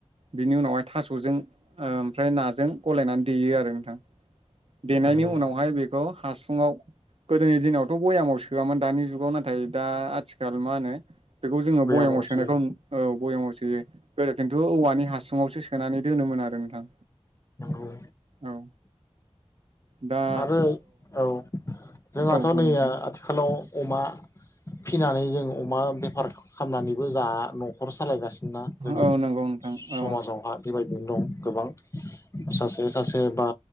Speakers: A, on the right; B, on the left.
A: बिनि उनावहाय थास'जों ओमफ्राय नाजों गलायनानै देयो आरो नोंथां। देनायनि
B: नंगौ नोंथां
A: उनावहाय बेखौ हासुङाव गोदोनि दिनावथ' बयामाव सोआमोन दानि जुगाव नाथाय दा आथिखाल मा होनो बेखौ जोङो
B: भयामाव
A: बयाममाव सोनायखौ
B: सोयो
A: औ बयामाव सोयो गोदो खिन्थु औवानि हासुआवसो सोनानै दोनोमोन आरो नोंथां।
B: नंगौ।
A: औ दा
B: आरो औ जोंहाथ'
A: औ बुं
B: नैया
A: नोंथां
B: आथिखालाव अमा फिनानै जों अमा बेफार खालामनानैबो जा न'खर सालायगासिनो। ना जोंनि
A: औ नंगौ नोंथां
B: समाजावहा
A: औ
B: बेबायदिनो दं गोबां। सासे सासे बा